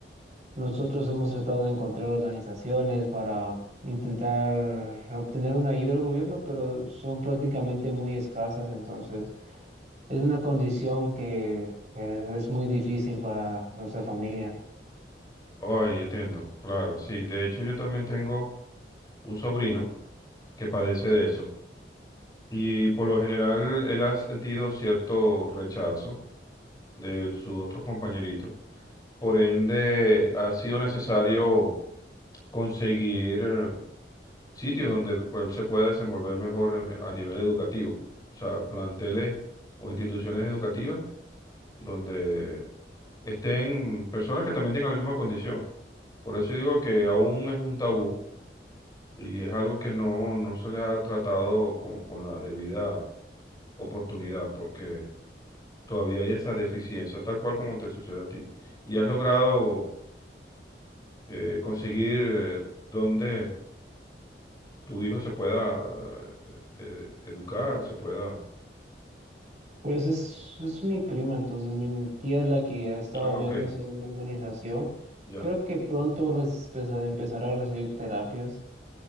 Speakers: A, on the right; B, on the left.
A: nosotros hemos tratado de encontrar organizaciones para intentar obtener una ayuda del gobierno, pero son prácticamente muy escasas, entonces es una condición que eh, es muy difícil para nuestra familia.
B: Ay, entiendo, claro, sí. De hecho, yo también tengo un sobrino que padece de eso. Y por lo general él ha sentido cierto rechazo de sus otros compañeritos. Por ende, ha sido necesario conseguir eh, sitios donde pues, él se pueda desenvolver mejor eh, a nivel educativo. O sea, planteles o instituciones educativas donde estén personas que también tengan la misma condición. Por eso digo que aún es un tabú y es algo que no, no se le ha tratado con, con la debida oportunidad, porque... todavía hay esa deficiencia, tal cual como te sucede a ti. Y has logrado eh, conseguir eh, donde tu hijo se pueda eh, educar, se pueda...
A: Pues es, es mi prima, entonces mi tía es la que ha estado
B: Ah,
A: viendo
B: ok,
A: sobre una organización.
B: ya.
A: Creo que pronto res- empeza- empezará a recibir terapias.